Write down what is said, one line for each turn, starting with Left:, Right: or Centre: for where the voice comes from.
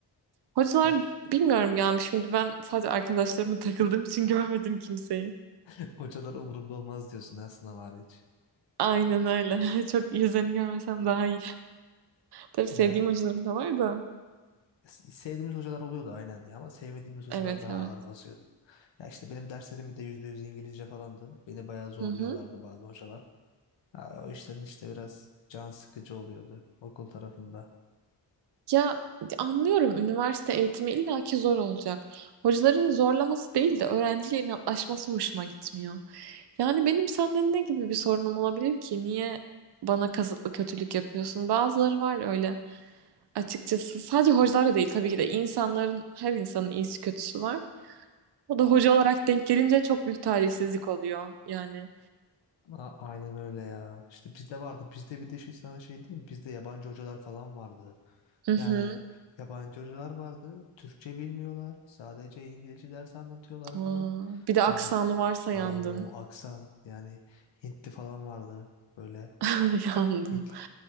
Right: Hocalar
Left: Hoc
Right: bilmiyorum gelmiş şimdi ben sadece arkadaşlarıma takıldığım için <laughs> görmedim kimseyi.
Left: <laughs> hocalar umurumda olmaz diyorsun ha sınav hariç.
Right: Aynen öyle. <laughs> Çok yüzlerini görmesem daha iyi. Tabii
Left: Ya
Right: sevdiğim hocalarım da var da.
Left: s- sevdiğimiz hocalar oluyordu aynen ya ama sevmediğimiz hocalar
Right: Evet
Left: daha
Right: evet.
Left: ağır basıyordu. Ya işte benim derslerim de %100 İngilizce falandı. Beni bayağı zorluyorlardı
Right: Hı hı.
Left: bazı hocalar. Ha, o işten işte biraz can sıkıcı oluyordu okul tarafında.
Right: Ya anlıyorum üniversite eğitimi illaki zor olacak. Hocaların zorlaması değil de öğrenciyle inatlaşması hoşuma gitmiyor. Yani benim senden ne gibi bir sorunum olabilir ki? Niye bana kasıtlı kötülük yapıyorsun? Bazıları var öyle. Açıkçası sadece hocalar da değil tabii ki de insanların her insanın iyisi kötüsü var. O da hoca olarak denk gelince çok büyük talihsizlik oluyor yani.
Left: A- Aynen öyle ya. İşte bizde vardı. Bizde bir de şey sana şey diyeyim. mi? Bizde yabancı hocalar falan vardı.
Right: Hı hı.
Left: Yani yabancı hocalar vardı. Türkçe bilmiyorlar. Sadece İngilizce ders anlatıyorlar
Right: Aa,
Left: falan.
Right: bir de aksanı
Left: Yani
Right: varsa yandın.
Left: o aksan yani Hintli falan vardı. Böyle
Right: <laughs> Yandın.
Left: Hintli,